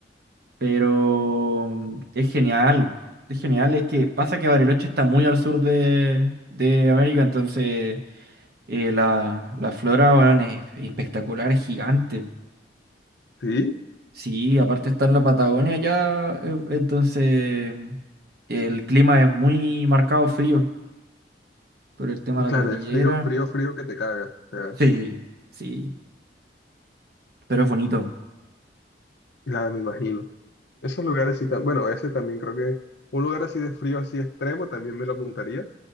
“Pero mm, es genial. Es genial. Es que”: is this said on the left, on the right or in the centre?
Right